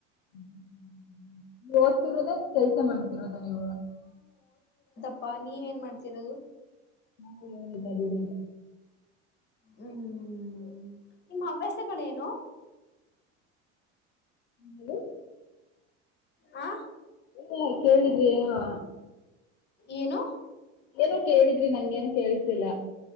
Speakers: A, on the left; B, on the left.
A: ಹ್ಮ್ ಹ್ಮ ನೀ ಓದ್ತಿರೋದ ಕೆಲ್ಸ ಮಾಡ್ತಿರೋದ ನೀವು
B: ಪ್ಪ ನೀವ್ ಏನ್ ಮಾಡ್ತಿರೋದು.
A: ಹ್ಮ ಏನಿಲ್ಲ ಬಿಡಿ.
B: ಹ್ಮ್ ನಿಮ್ ಹವ್ಯಾಸಗಳೇನು.
A: ಹ್ಮ
B: ಆ
A: ಹು ಕೇಳಿದ್ರಿ ಏನೂ.
B: ಏನು.
A: ಏನೋ ಕೇಳಿದ್ರಿ ನಂಗ ಏನೋ ಕೇಳಿದಿ ಇಲ್ಲ.